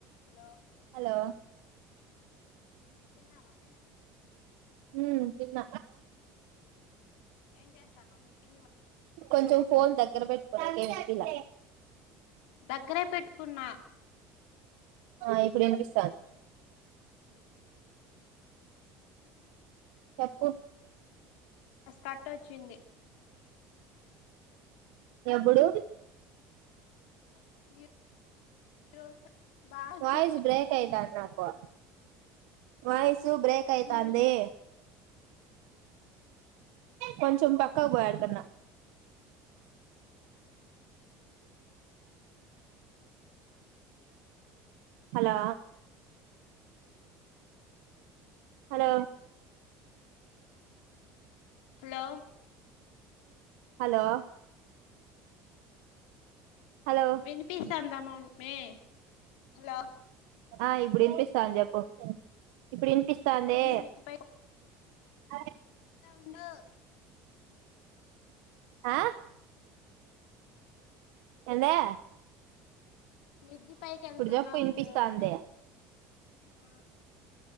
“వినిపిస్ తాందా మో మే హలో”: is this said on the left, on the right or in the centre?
Left